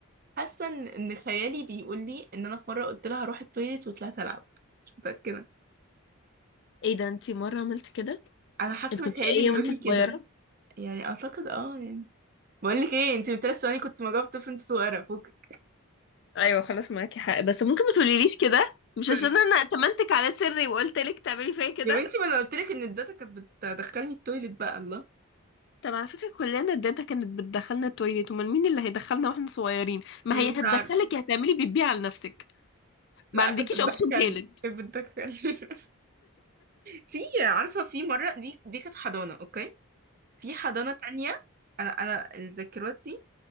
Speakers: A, on the right; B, on the left.
A: حاسه ان إن خيالي بيقول لي ان انا في مره قلت لها هروح التويليت وطلعت العب مش متاكده
B: ايه ده انتي مره عملت كده
A: انا حاسه
B: انت كنت
A: ان خيالي
B: شقيه
A: بيقول
B: وانتي
A: لي
B: صغيره
A: كده يعني اعتقد اه يعني بقول لك ايه انت من ثلاث ثواني كنت مجاوب طفل انت صغيره فوقك
B: ايوه خلاص معاكي حق بس ممكن ما تقوليليش كده مش
A: سوري
B: عشان انا اتمنتك على سري وقلت لك تعملي فيا كده
A: يا بنتي ما انا قلت لك ان الداتا كانت بتدخلني التويليت بقى الله
B: طب على فكره كلنا الداتا كانت بتدخلنا التويليت امال مين اللي هيدخلنا واحنا صغيرين ما
A: مش
B: هي هتدخلك
A: عارف
B: هتعملي بتبيع على نفسك
A: لا
B: ما عندكيش
A: كانت بتدخلني
B: اوبشن تالت
A: كانت بتدخلني <laughs> في عارفه في مره دي دي كانت حضانه اوكي في حضانه تانية انا انا ذاكرتي